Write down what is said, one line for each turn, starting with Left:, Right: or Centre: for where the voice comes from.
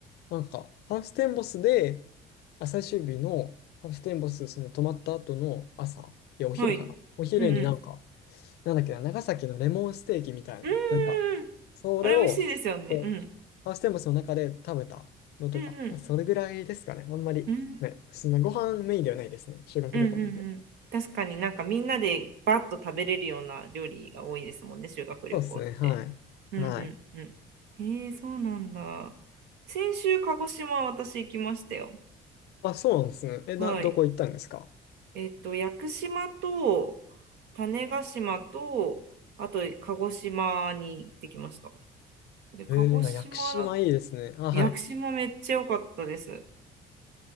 Left: なんか、ハウステンボスで、あ最終日のハウステンボス、その泊まった後の朝、いや、お昼かな。
Right: はい。
Left: お昼になんか、
Right: うんうん。
Left: なんだっけな、長崎のレモンステーキみたいな、
Right: うー
Left: なんか、
Right: ん。
Left: それを、
Right: あれ美味しいですよね。
Left: こう、
Right: うん。
Left: ハウステンボスの中で食べたのとか、
Right: うんうん。
Left: まあ、それぐらいですかね。あんまり、
Right: うーん。
Left: ね、そんなご飯メインではないですね。修学旅行なんで。
Right: うんうんうん。確かになんかみんなでバッと食べれるような料理が多いですもんね、修学旅行って。
Left: そうですね、は
Right: うんうんうん。
Left: い。はい。
Right: えー、そうなんだ。先週、鹿児島私行きましたよ。
Left: あ、そうなんですね。え、な、
Right: はい。
Left: どこ行ったんですか
Right: えっと、屋久島と種子島と、あと鹿児島に行ってきました。で、鹿児島だ、
Left: えー、あ屋久島いいですね。あ、
Right: 屋久島めっちゃ良かったです。
Left: はい。